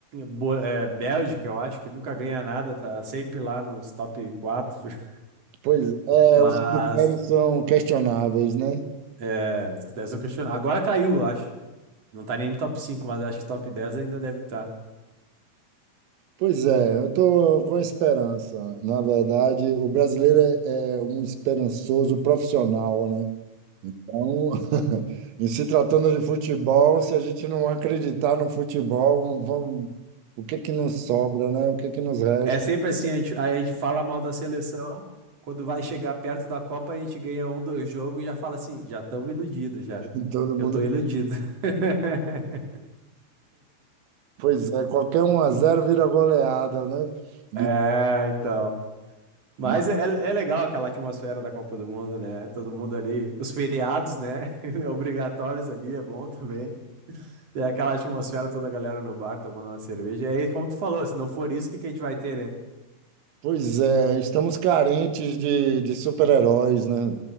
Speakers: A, on the right; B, on the right.
A: Bo- é, Bélgica, eu acho que nunca ganha nada, tá sempre lá nos top 4. <laughs>
B: Pois é,
A: Mas
B: os critérios são questionáveis, né?
A: é, se critérios são questionados. Agora caiu, eu acho. Não tá nem no top 5, mas acho que top 10 ainda deve estar.
B: Pois é, eu estou com esperança. Na verdade, o brasileiro é, é um esperançoso profissional, né? Então, <laughs> em se tratando de futebol, se a gente não acreditar no futebol, vamos, o que é que nos sobra, né? O que é que nos resta?
A: É sempre assim, a gente, aí a gente fala mal da seleção, quando vai chegar perto da Copa, a gente ganha um, dois jogos e já fala assim, já estamos iludidos já.
B: <laughs> Todo mundo.
A: Eu tô iludido. <laughs>
B: Pois é, qualquer um a zero vira goleada, né? E-
A: É, então. Mas
B: ma-
A: é, é é legal aquela atmosfera da Copa do Mundo, né? Todo mundo ali, os feriados, né? <laughs> Obrigatórios ali, é bom também. É aquela atmosfera, toda a galera no bar tomando uma cerveja. E aí, como tu falou, se não for isso, o que que a gente vai ter, né?
B: pois é, estamos carentes de, de super-heróis, né?